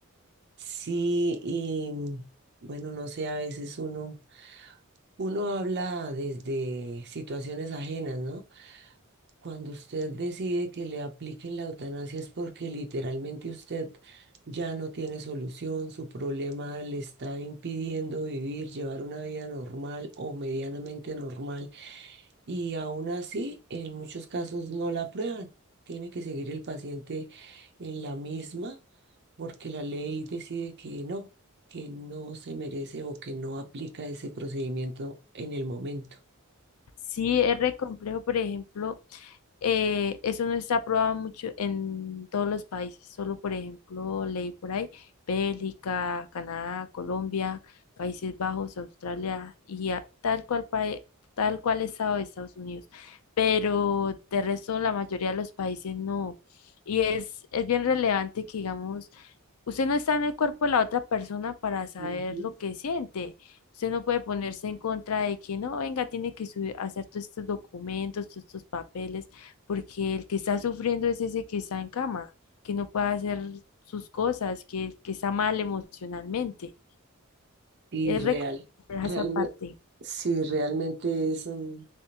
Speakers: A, on the right; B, on the left.
A: sí, y bueno, no sé, a veces uno... uno habla desde situaciones ajenas, ¿no? Cuando usted decide que le apliquen la eutanasia es porque literalmente usted ya no tiene solución, su problema le está impidiendo vivir, llevar una vida normal o medianamente normal y aún así en muchos casos no la aprueban. Tiene que seguir el paciente en la misma porque la ley decide que no, que no se merece o que no aplica ese procedimiento en el momento.
B: Sí, es re complejo, por ejemplo, eh, eso no está aprobado mucho en todos los países, solo por ejemplo, leí por ahí, Bélgica, Canadá, Colombia, Países Bajos, Australia y a- tal cual pae- tal cual estado de Estados Unidos. Pero de resto la mayoría de los países no. Y es, es bien relevante que digamos, usted no está en el cuerpo de la otra persona para saber
A: Ujú.
B: lo que siente. Usted no puede ponerse en contra de que no, venga, tiene que subir, hacer todos estos documentos, todos estos papeles porque el que está sufriendo es ese que está en cama, que no puede hacer sus cosas, que, que está mal emocionalmente.
A: Y
B: Es
A: real,
B: re compleja
A: realmente,
B: esa parte.
A: sí, realmente es, mm,